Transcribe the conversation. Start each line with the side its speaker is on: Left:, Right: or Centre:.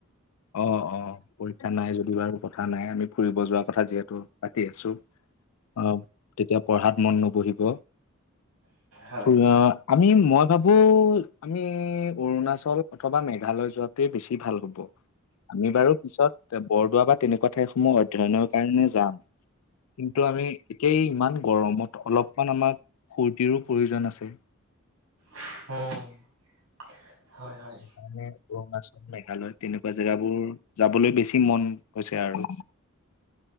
Left: অ' অ' পৰীক্ষা নাই যদি বাৰু কথা নাই আমি ফুৰিব যোৱা কথা যিহেতু পাতি আছো। অ' তেতিয়া পঢ়াত মন নবহিব।
Right: হয়।
Left: চ আমি মই ভাবো আমি অৰুণাচল অথবা মেঘালয় যোৱাতোয়ে বেছি ভাল হ'ব আমি বাৰু পিছত বৰদো বা তেনেকুৱাত ঠাইসমূহ অধ্যয়নৰ কাৰণে যাম, কিন্তু আমি এতিয়া ইমান গৰমত অলপমান আমাক ফূৰ্তিৰো প্ৰয়োজন আছে।
Right: উম। হয় হয়
Left: সেইকাৰণে অৰুণাচল, মেঘালয় তেনেকুৱা জেগাবোৰ যাবলৈ বেছি মন হৈছে আৰু।